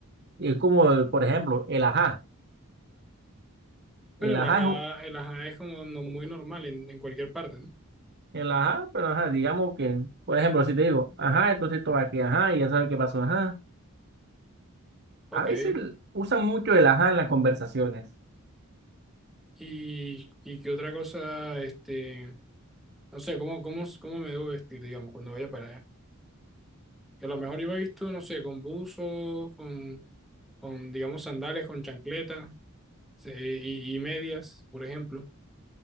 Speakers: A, on the right; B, in the centre.
A: Y es como, el- por ejemplo, el ajá.
B: Pero
A: El
B: el
A: ajá
B: ajá,
A: es un-
B: el ajá es como no- muy normal en, en cualquier parte, ¿no?
A: el ajá, pero ajá, digamos que, por ejemplo, si te digo, ajá, entonces esto va aquí, ajá, y ya sabes qué pasó, ajá.
B: Ok.
A: A veces usan mucho el ajá en las conversaciones.
B: Y, y qué otra cosa, este, no sé, ¿cómo, cómo, cómo me debo vestir, digamos, cuando vaya para allá? Que a lo mejor iba visto, no sé, con buzos, con, con, digamos, sandales, con chancletas sí, y, y medias, por ejemplo.